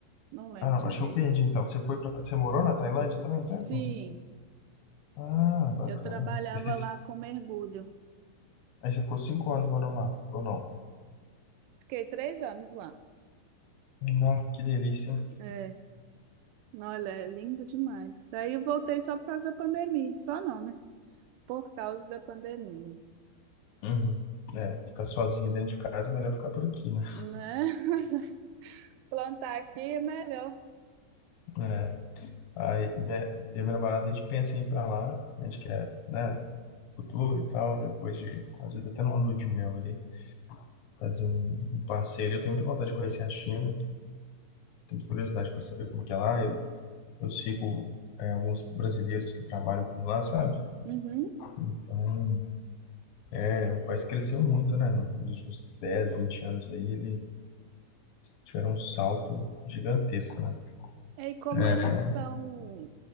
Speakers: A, on the right (about 80°); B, on the left (about 75°).
A: não lembro
B: Ah, não,
A: direito.
B: acho que eu perdi então. Você foi pra, você morou na Tailândia também um
A: Sim,
B: tempo? Ah, bacana.
A: eu trabalhava
B: Esses,
A: lá com mergulho.
B: aí você ficou cinco anos morando lá, ou não?
A: Fiquei três anos lá.
B: não que delícia, hein?
A: É. Olha, é lindo demais. Daí eu voltei só por causa da pandemia. Só não, né? Por causa da pandemia.
B: Uhum. É, ficar sozinho dentro de casa é melhor ficar por aqui, né?
A: Né? <laughs> Plantar aqui é melhor.
B: É. Aí minha, eu e minha namorada, a gente pensa em ir pra lá, a gente quer, né, no futuro e tal, depois de, às vezes até numa lua de mel ali, fazer um, um passeio. Eu tenho muita vontade de conhecer a China, tenho curiosidade para saber como que é lá. Eu, eu sigo, é, alguns brasileiros que trabalham por lá, sabe?
A: Uhum.
B: Então, é, o país cresceu muito, né, nos últimos 10 20 anos aí, ele tiveram um salto gigantesco, né?
A: E como
B: É.
A: eles são,